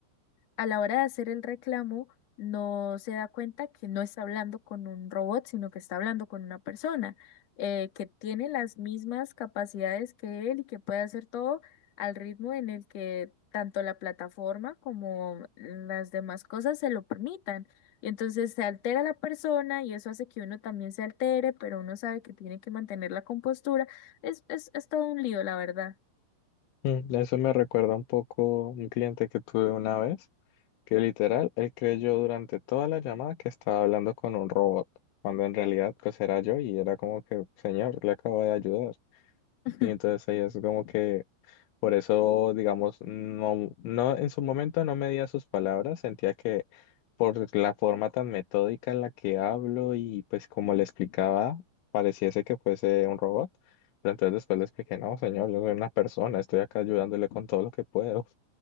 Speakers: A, on the left; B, on the left.
A: a la hora de hacer el reclamo, no se da cuenta que no está hablando con un robot, sino que está hablando con una persona eh, que tiene las mismas capacidades que él y que puede hacer todo al ritmo en el que tanto la plataforma como las demás cosas se lo permitan. Y entonces se altera la persona y eso hace que uno también se altere, pero uno sabe que tiene que mantener la compostura. Es, es, es todo un lío, la verdad.
B: Mm, Eso me recuerda un poco un cliente que tuve una vez, que literal, él creyó durante toda la llamada que estaba hablando con un robot, cuando en realidad pues era yo y era como que, señor, le acabo de ayudar.
A: <laughs>
B: Y entonces ahí es como que... Por eso, digamos, no, no, en su momento no medía sus palabras, sentía que por la forma tan metódica en la que hablo y pues como le explicaba, pareciese que fuese un robot, pero entonces después le expliqué, no, señor, yo soy una persona, estoy acá ayudándole con todo lo que puedo.